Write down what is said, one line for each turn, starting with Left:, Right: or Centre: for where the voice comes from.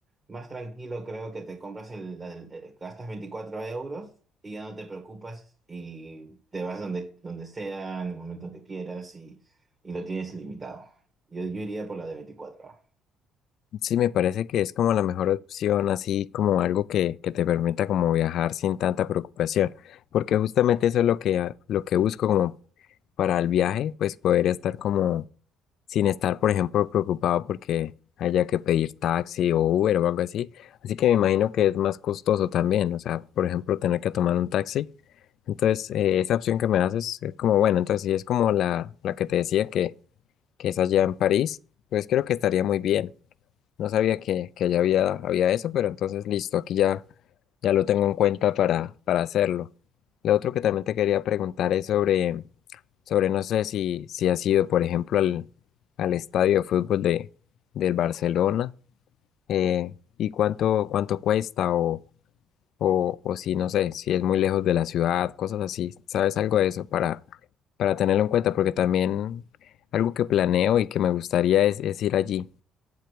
Right: Más tranquilo creo que te compras el, la del- eh, gastas 24 euros y ya no te preocupas y te vas donde, donde sea, en el momento que quieras y, y lo tienes ilimitado. Yo, yo iría por la de veinticuatro ah.
Left: Sí, me parece que es como la mejor opción, así como algo que, que te permita como viajar sin tanta preocupación, porque justamente eso es lo que, ah, lo que busco como para el viaje, pues poder estar como sin estar, por ejemplo, preocupado porque haya que pedir taxi o Uber o algo así. Así que me imagino que es más costoso también, o sea, por ejemplo, tener que tomar un taxi. Entonces, eh, esa opción que me haces es como, bueno, entonces si es como la, la que te decía que, que es allá en París, pues creo que estaría muy bien. No sabía que, que ya había, había eso, pero entonces listo, aquí ya, ya lo tengo en cuenta para, para hacerlo. Lo otro que también te quería preguntar es sobre, sobre no sé si, si has ido, por ejemplo, al, al estadio de fútbol de, del Barcelona eh, y cuánto, cuánto cuesta o, o, o si, no sé, si es muy lejos de la ciudad, cosas así. ¿Sabes algo de eso para, para tenerlo en cuenta? Porque también algo que planeo y que me gustaría es, es ir allí.